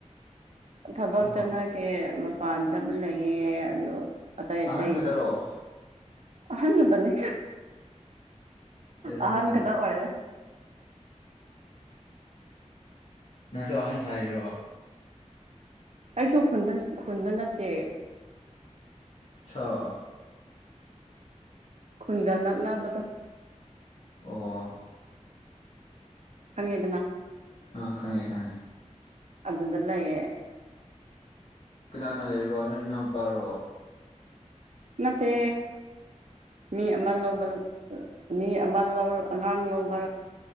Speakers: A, on the right; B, on the left.
A: ꯊꯕꯛ
B: ꯑꯣ
A: ꯆꯠꯅꯈꯤꯦ ꯃꯄꯥꯟ ꯆꯠꯄ ꯂꯩꯌꯦꯦ ꯑꯗꯨ ꯑꯇꯩ ꯑꯇꯩꯇꯩ
B: ꯑꯍꯟ ꯈꯛꯇꯔꯣ
A: ꯑꯍꯅꯗꯅꯤ
B: ꯕꯦꯔꯥꯅꯤꯅꯦ
A: ꯑꯍꯥꯟ ꯀꯗ ꯑꯣꯏꯔ
B: ꯅꯪꯁꯨ ꯑꯍꯟ ꯁꯥꯏꯔꯣ
A: ꯑꯩꯁꯨ ꯈꯨꯟꯗ ꯈꯨꯟꯗ ꯅꯠꯇꯦ
B: ꯆ <unintelligible>
A: ꯈꯨꯟꯒ ꯅꯛꯅꯕꯗꯣ
B: ꯑꯣ
A: ꯐꯉꯦꯗꯅ
B: ꯑ ꯈꯪꯉꯦ ꯈꯪꯉꯦ
A: ꯑꯗꯨꯗꯂꯑꯦ
B: ꯀꯅꯥꯅꯥ ꯂꯩꯔꯤꯕ ꯅ ꯏ ꯅꯝ ꯄꯥꯔꯣ
A: ꯅꯇ ꯃꯤ ꯑꯃ ꯂꯧꯕ ꯃꯤ ꯑꯃ ꯂꯧꯔ ꯑꯉꯥꯡ ꯂꯧꯕ